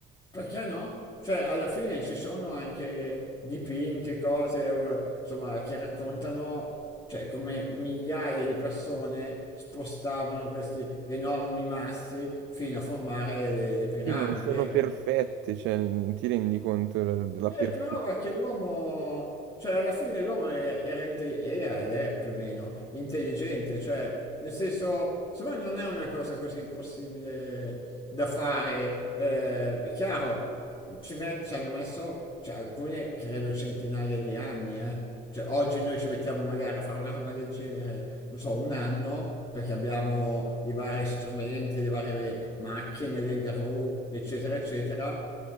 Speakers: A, on the left (about 25°); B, on the right (about 75°).
A: Perché no? Cioè, alla fine ci sono anche dipinti, cose, eh, insomma, che raccontano, cioè, come migliaia di persone spostavano questi enormi massi fino a formare le, le piramidi,
B: Sì, ma sono
A: ecco.
B: perfette, cioè, non ti rendi conto della, della
A: Eh,
B: perfettissima...
A: però perché l'uomo, cioè alla fine l'uomo è- era, inte- era ed è più o meno intelligente, cioè nel senso, secondo me non è una cosa così impossibile da fare. Eh, è chiaro, ci, met- ci hanno messo, cioè, alcune credo centinaia di anni, eh. Cioè oggi noi ci mettiamo magari a fare una roba del genere, non so, un anno, perché abbiamo i vari strumenti, le varie macchine, le gru, eccetera, eccetera.